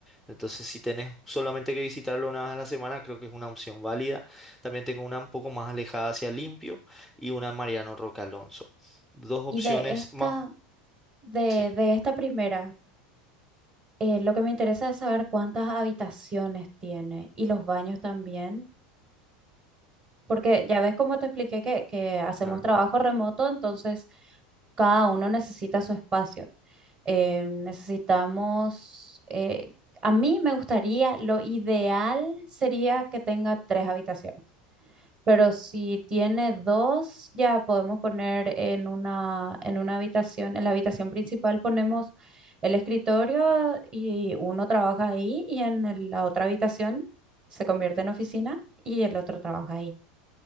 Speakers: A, in the centre; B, on the right.
A: Entonces, si tenés solamente que visitarlo una vez a la semana, creo que es una opción válida. También tengo una un poco más alejada hacia Limpio y una Mariano Roca Alonso. Dos opciones
B: Y de esta,
A: más.
B: de,
A: Sí,
B: de esta primera, Eh, lo que me interesa es saber cuántas habitaciones tiene y los baños también, porque ya ves como te expliqué que, que hacemos
A: claro.
B: trabajo remoto, entonces cada uno necesita su espacio. Eh, necesitamos, eh, a mí me gustaría, lo ideal sería que tenga tres habitaciones. Pero si tiene dos, ya podemos poner en una, en una habitación, en la habitación principal ponemos el escritorio y uno trabaja ahí y en el- la otra habitación se convierte en oficina y el otro trabaja ahí.